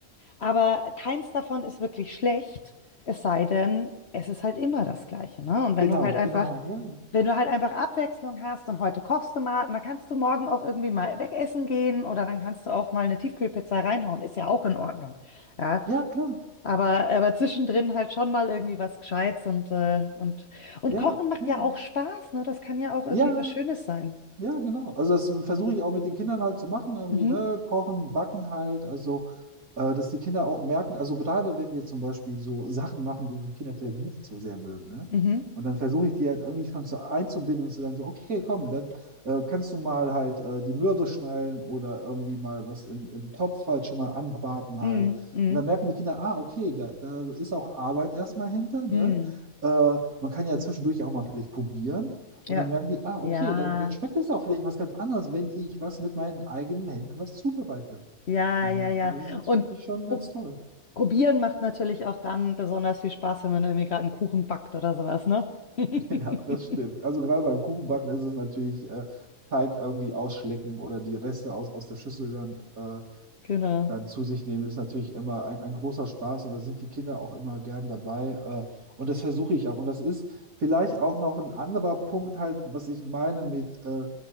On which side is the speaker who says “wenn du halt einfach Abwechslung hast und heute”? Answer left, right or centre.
Left